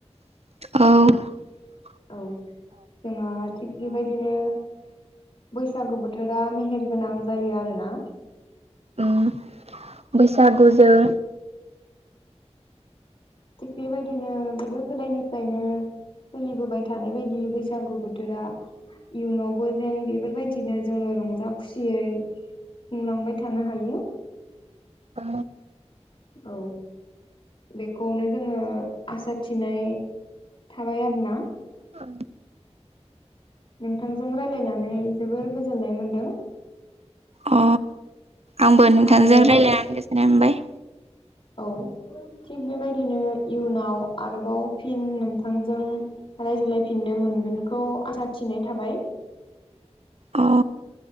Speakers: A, on the right (about 65°); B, on the left (about 50°).
A: औ।
B: औ जोंहा थिग बेबायदिनो बैसागु बोथोरा मेहेर गोनां जायो आरोना।
A: ओ बैसागुजों
B: थिग बेबायदिनो गोदो - गोदायनिफ्रायनो फोलिबोबाय थानाय बायदि बैसागु बोथोरा इयुनावबो जेन बेफोरबायदिनो जोङो रंजा- खुसियै खुंलांबाय थानो हायो।
A: औ।
B: औ। बेखौनो जोङो आसा थिनाय थाबाय आरोना।
A: औ।
B: नोंथांजों राय्लायनानै जोबोर गोजोननाय मोनदों।
A: अ आंबो नोंथांजों
B: आरो
A: रायलायनानै गोजोन्नाय मोनबाय।
B: औ थिग बेबायदिनो इयुनाव आरोबाव फिन नोंथांजों रायज्लायफिननो मोनगोन खौ आसा थिनाय थाबाय।
A: अ।